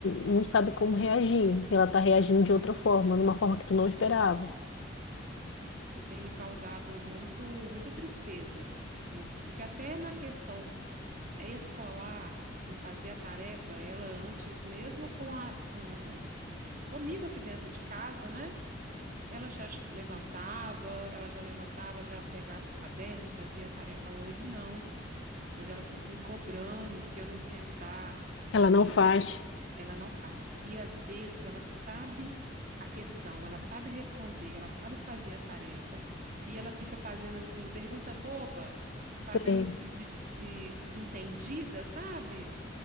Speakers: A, on the left; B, on the right.
A: não sabe como reagir. Ela tá reagindo de outra forma, numa forma que tu
B: Sim.
A: não esperava.
B: E tem me causado muito, muita tristeza isso, porque até na questão escolar em fazer a tarefa, ela antes, mesmo com a, com, comigo aqui dentro de casa, né? Ela já levantava, ela já levantava, já pegava os cadernos, fazia a tarefa. Hoje não. Hoje ela fica me cobrando se eu não sentar
A: Ela
B: e,
A: não faz.
B: e ela não faz. E às vezes ela sabe a questão, ela sabe responder, ela sabe fazer a tarefa e ela fica fazendo assim, pergunta boba, fazendo-se
A: Sei.
B: de, de desentendida, sabe?